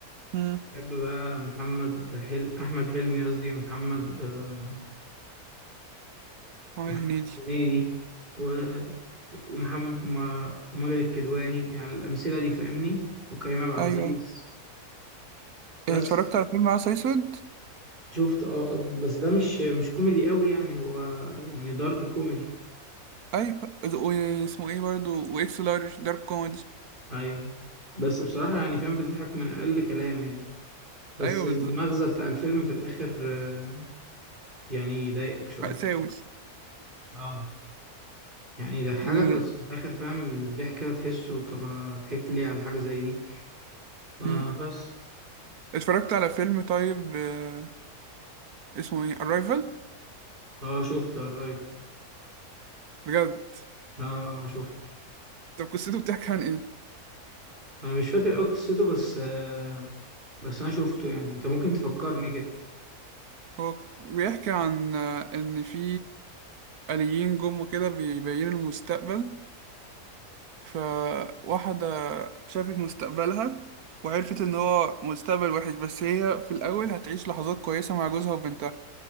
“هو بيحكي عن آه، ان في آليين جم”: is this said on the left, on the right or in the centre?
Right